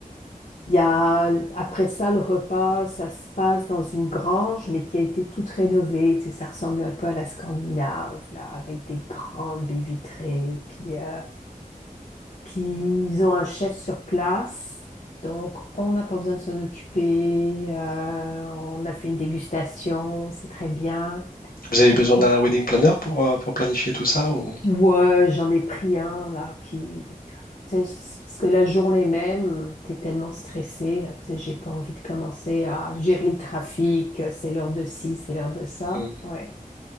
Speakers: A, on the left (about 55°); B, on the left (about 75°).
A: il y a, après ça, le repas, ça se passe dans une grange, mais qui a été toute rénovée. Tu sais, ça ressemble un peu à la Scandinave, là, avec des grandes baies vitrées. Puis, euh, puis ils ont un chef sur place, donc on n'a pas besoin de s'en occuper. euh, on a fait une dégustation, c'est très bien.
B: Vous avez
A: Puis
B: besoin d'un wedding planner pour, euh, pour planifier tout ça ou...
A: ouais, j'en ai pris un là qui, tu sais, c'est parce que la journée même, t'es tellement stressé là, tu sais, j'ai pas envie de commencer à gérer le trafic. euh, C'est l'heure de ci, c'est l'heure de ça.
B: Mm.
A: Ouais.